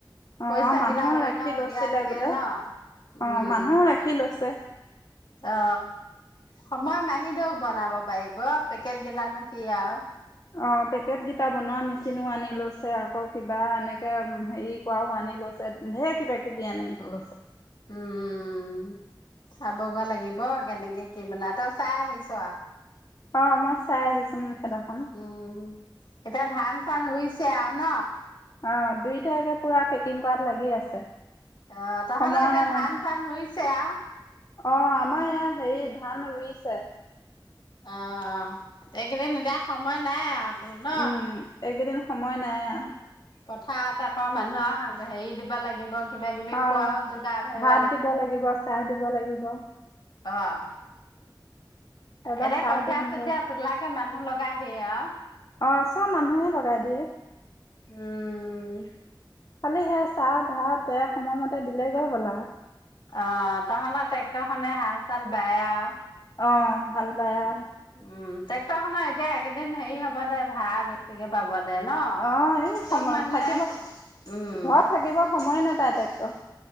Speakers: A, on the left; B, on the left.
A: পইচা
B: অ মানুহ
A: কেইটা অইনক
B: ৰাখি লৈছিলে
A: দিয়াতকে
B: বোলে,
A: ন
B: অ
A: উম
B: মানুহ ৰাখি লৈছে।
A: অ, সময় মাহিদেও বনাব পাৰিব, পেকেট কেইটানো কি আৰু।
B: অ পেকেটগিটা বনোৱা মেচিনো আনি লৈছে আকৌ কিবা এনেকে উম হেৰি কৰাও আনি লৈছে, ঢেৰ কিবা - কিবি আনি লৈছে।
A: উম, চাবগৈ লাগিব কেনেকে কি বনাই তই চাই আহিছ?
B: অ মই চাই আহিছো মোৰ খেদাখন
A: উম এতিয়া ধান - চান ৰুইছে আৰু ন?
B: অঁ দুই একে পুৰা পেকিং কৰাত লাগি আছে,
A: আহ তাহলে
B: সময়
A: এতিয়া
B: মানে
A: ধান ৰুইছে আৰু,,
B: অ আমাৰ ইয়াত হেৰি ধান ৰুইছে,,
A: অ এইকেইদিন নিদা সময় নাই আৰু তোৰ ন
B: উম এইকিদিন -- সময় নাই আৰু,
A: কথাত আকৌ মানুহক হেৰি দিব লাগিব। কিবা কিবি
B: অ
A: খোৱাও যোগাৰ ধৰিব
B: ভাত দিব লাগিব চাহ দিব লাগিব,
A: অঁ
B: এবাৰ
A: এনে
B: চাহ
A: কঠিয়া
B: দিম
A: চঠীয়া
B: ৰ
A: তোলাকে মানুহ লগ চাহ দিয়ে আৰু।
B: অ' চব মানুহে লগাই দিয়ে।
A: উম
B: খালি সেই চাহ ভাত এয়া সময় মতে দিলে গৈ হ'ল আৰু।
A: অ' তহ'তৰ ট্ৰেক্টৰ খনে হাল চাল বাই আৰু।
B: অঁ হাল বায় আৰু।
A: উম ট্ৰেক্টৰ খনৰ এতিয়া একেইদিন হেৰি হ'ব দে ভা়ঢ়া বেছিকে পাব দে। ন?
B: অ' এই
A: চব
B: সময়
A: মানুহে
B: থাকিব ঘৰত
A: উম।
B: থাকিব সময়ে নাপাই টেক্টৰ।